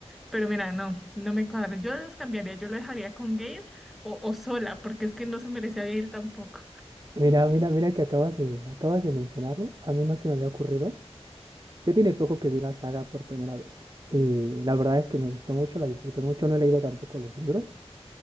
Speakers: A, in the centre; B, on the right.
A: Pero mira, no, no me cuadran. Yo los cambiaría, yo lo dejaría con Gale o, o sola, porque es que no se merece a Gale tampoco.
B: Mira, mira, mira que acabas de, acabas de mencionarlo. A mí no se me había ocurrido. Yo tiene poco que vi la saga por primera vez. Y la verdad es que me gustó mucho, la disfruté mucho. No he leído tampoco los libros.